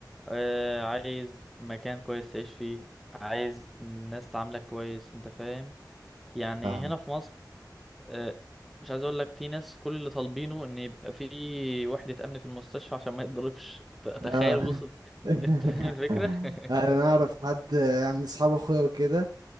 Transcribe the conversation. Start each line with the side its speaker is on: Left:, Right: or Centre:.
Centre: آه عايز مكان كويس تعيش فيه عايز الناس تعاملك كويس انت فاهم يعني
Right: فاهم
Centre: هنا في مصر آه مش عايز اقول لك في ناس كل اللي طالبينه ان يبقى في وحدة امن في المستشفى عشان ما يتضربش ت- تخيل
Right: اه
Centre: وصل
Right: <laughs>
Centre: <laughs> انت فاهم الفكرة <laughs>
Right: انا اعرف حد يعني اصحاب اخويا وكده